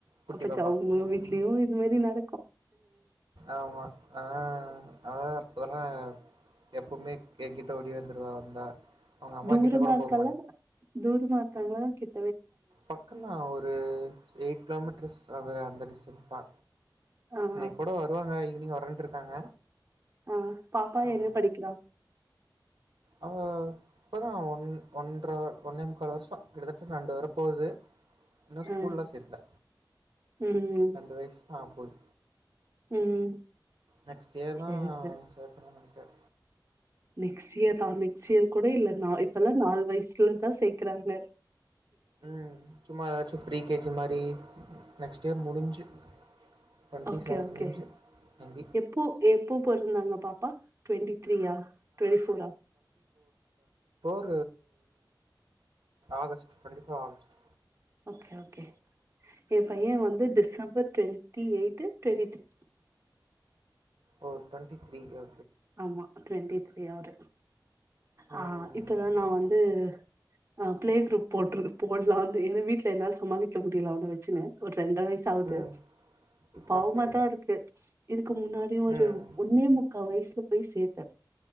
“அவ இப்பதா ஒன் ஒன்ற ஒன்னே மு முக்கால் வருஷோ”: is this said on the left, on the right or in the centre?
Right